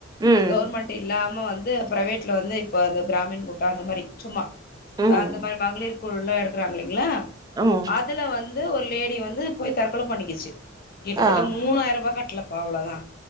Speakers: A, on the right (about 20°); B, on the left (about 45°).
A: ம்
B: கவர்மெண்ட் இல்லா ம வந்து பிரைவேட்ல வந்து இப்ப அந்த பிராமின் கூட்டொ அந்த மாரி சும்மா
A: ம்
B: அ அந்த மாரி மகளிர் பொருல்லா எடுக்குறாங்கில்லைங்களா
A: ம்
B: அதுல வந்து ஒரு லேடி வந்து போய் தற்கொல பண்ணிகிச்சு கிட்டத்தட்ட
A: ஆ
B: மூாணாயிரூவா கட்டலப் அவ்வளதா